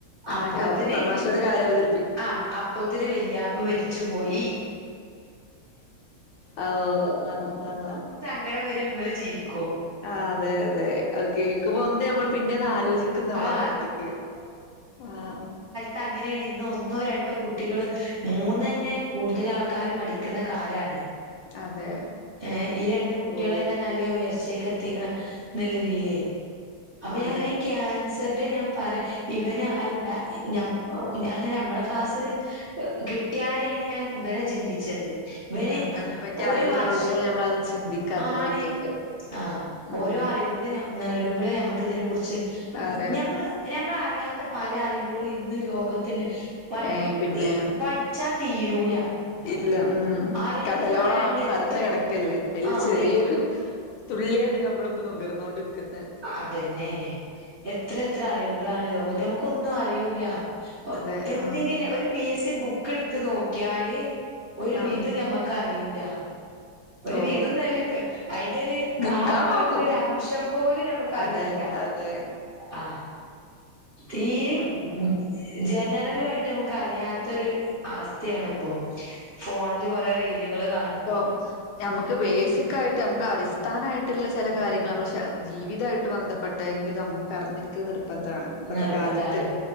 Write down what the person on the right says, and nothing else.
അപ്പോത്തിന്
ആ അപ്പോത്തിന്‌ വെല്യാപ്പ മെര്ച്ചു പോയി
ങ്കടം വരു ങ്ങള്ചിരിക്കും
ആ
തഅങ്ങനെയാണ് ഇന്ന് ഒന്നോ രണ്ടോ കുട്ടികള് മൂന്നന്നെ കൂടുതൽ ആൾക്കാര് മടി ക്ക്‌ന്ന കാലാണ്
എഹ് ഈ രണ്ട്കുട്ട്യേളന്നെ
ന്നാ ല്ല ഉയർചെക്ക് എത്തിക്കണ ന്ന്ല്ലതിലെ അപ്പ
ഞാനിങ്ങനെ ക്യൻസ് തര്ന്റ ഞാൻ പറയാ ഇവന് അഹ് ണ്ടാ ഞ്ഞം ഞങ്ങനെ നമ്മളെ ക്ലാസ് കിട്ടിയാരെയാണ് ഞാൻ ഇവനെ ചിന്തി ച്ചത് ഇവന്
ഒരു
വർഷ
ആണ്
ആഹ്
ഓരോ അറിവുകളും നേടുമ്പളെ ഞമ്മക്ക് ഇതിനെ കുറിച്ച്
ഞമ്മള് ഞമ്മൾറിയാത്ത പല അറിവുകളും ഇന്ന് ലോകത്തിണ്ട് പഠി
പഠിച്ചാ തീരൂല
അറിവ്ന്ന്
പറയാൻ നമ്മൾ എത്ര
ആഹ്
എ
അതന്നെ എത്ര എത്ര അറിവുകളാണ് ലോകത്തെ നമുക്കൊന്നും അറിയുല ഒഎന്തിന്
ഒരു പി എസ് സി ബുക്ക് എടുത്ത് നോക്കിയാല് ഒരു
വിധ നമക് ക്കറിയൂല ഒരു
വിതൊന്നുല്ല അയ്ന്റെ ഒരു
കാ ഭാഗത്തിലൊരു
അംശം പോലും നമുക്കറിയൂല
ആഹ് തീരിങ്
ഇജ് ജനറലു ആയിട്ട് നമുക്ക് അറിയാത്തരു അവസ്ഥയാണിപ്പോ ഫോണില് കൊറെ റീലുകൾ കാ
നിർബന്ധാണ്